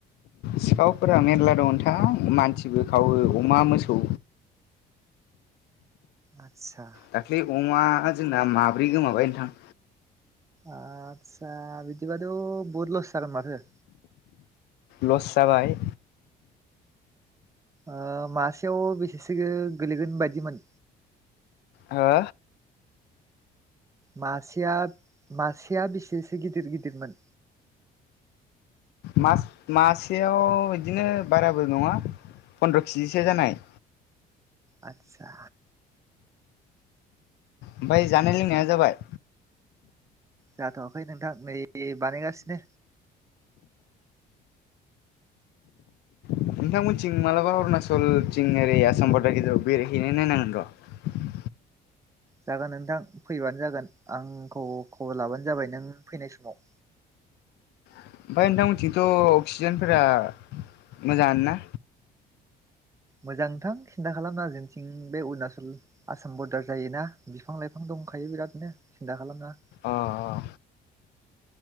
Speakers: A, on the left; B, on the right.
A: सिखावफोरा मेरला दं नोंथां मानसिबो खावो अमा मोसौ
B: आतसा
A: दाख्लै अमा जोंना माब्रै गोमाबाय नोंथां
B: आतसा बिदि बाथ' बुहुद लस जागोन माथो
A: लस जाबाय
B: ओ मासेयाव बेसेसो गोलैगोन बायदिमोन?
A: हो
B: मासेया मासेया बेसेसो गिदिर गिदिरमोन?
A: मास-मासेयाव बिदिनो बाराबो नङा फन्द्र' किजिसो जानाय
B: आतसा
A: ओमफय जानाय लोंनाया जाबाय?
B: जाथ'वाखै नोंथां नै बानायगासिनो
A: नोंथांमोनथिं मालाबा अरुणाचल थिं ओरै आसाम बरदार गेजेराव बेरायहैनाय नायनांगोन र' <inaudible>
B: जागोन नोंथां फैबानो जागोन आंखौ खबर लाबानो जाबाय नों फैनाय समाव
A: ओमफाय नोंथांमोनथिंथ' अक्सिजेनफोरा मोजांआनो ना?
B: मोजां नोंथां सिनथा खालामनांआ जोंनिथिं बे अरुणाचल आसाम बरदार जायोना बिफां लाइफां दं दंखायो बिरादनो सिन्था खालाम नाङा
A: ओ ओ